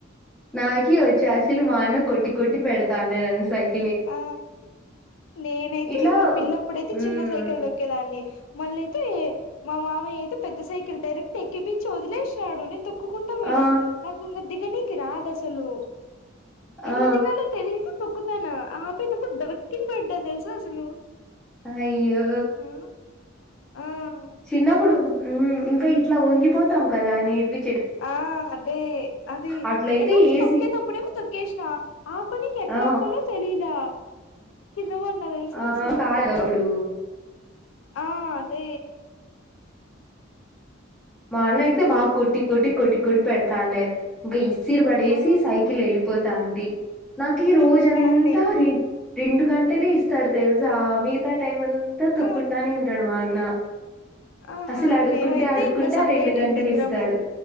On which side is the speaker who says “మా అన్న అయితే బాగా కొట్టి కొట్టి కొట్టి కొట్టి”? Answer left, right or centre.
Centre